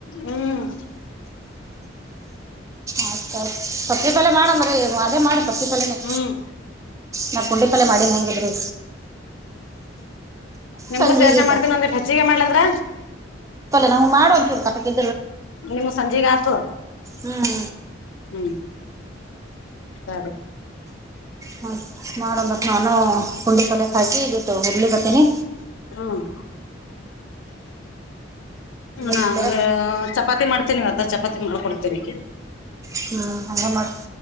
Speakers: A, on the left; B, on the right.
A: ಹ್ಮ್
B: ಆಯ್ತ ಆಯ್ತ್ ಪತ್ರಿಿ ಪಲ್ಲೆ ಮಾಡನ್್ರೀ ಅದೇ ಮಾಡ್ ಪತ್ತಿ ಪಾಲ್ಯನೇ
A: ಹ್ಮ್
B: ನಾವು ಪುಂಡಿ ಪಾಲ್ಯ ಮಾಡೀನಿ ಹೇಂಗಿದ್ದ್ರಿ
A: ನಿಮಗೂ
B: ಸಂಜೆಗೀಟ
A: ಸೇರ್ಸೆ ಮಾಡ್ತೀನ ಒಂದೆ ಹೆಚ್ಚಿಗೆ ಮಾಡ್ಲಂದ್ರ
B: ನ್ವು ಮಾಡ ಒಂ ಚೂ ಕಟದಿ
A: ನಿಮ ಸಂಜೆೆಗೆ ಆತು
B: ಹ್ಮ್
A: ಹ್ಮ್ ಸರಿ
B: ಮ ಮಾಡಬಟ್ ನಾನು ಕುಂಡಿ ಪಲ್ಕ್ ಹಾಕಿ ಇದ ಹುರ್ಲಿಗತೇನೆ
A: ಹ್ಮ್ ನಾನು
B: ಸರ
A: ಚ ಚಪಾತಿ ಮಾಡ್ತೇಿವತ್ತ ಚಪಾತಿ ಮಾಡ್ಕಡ್ತೀನಿ
B: ಹ್ಮ್ ಅ ಮಾಡ